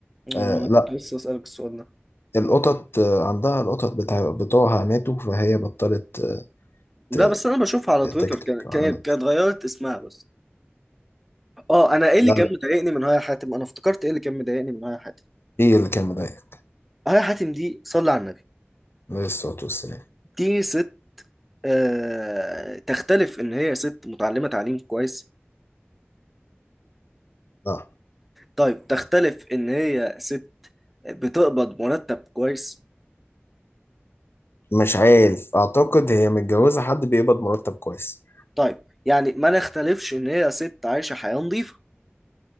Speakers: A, in the centre; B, on the left.
A: آه، ما
B: آه
A: أنا
B: لا
A: كنت لسه أسألك السؤال ده
B: القطط آه، عندها القطط بتاع... بتوعها ماتوا فهي بطلت آه،
A: لا
B: ت...
A: بس أنا بشوفها على تويتر
B: تكتب
A: كان-
B: على
A: كان-
B: النت
A: كانت اتغيرت اسمها بس أه أنا إيه اللي
B: لا
A: كان
B: لا
A: مضايقني من هاي حاتم أنا افتكرت إيه اللي كان مضايقني من هاي حاتم
B: ايه اللي كان مضايقك
A: هاي حاتم دي صلي على النبي
B: عليه الصلاة والسلام
A: دي ست آه تختلف إن هي ست متعلمة تعليم كويس
B: لا
A: طيب تختلف ان هي ست بتقبض مرتب كويس
B: مش عارف اعتقد هي متجوزة حد بيقبض مرتب كويس
A: طيب يعني ما نختلفش ان هي ست عايشة حياة نظيفة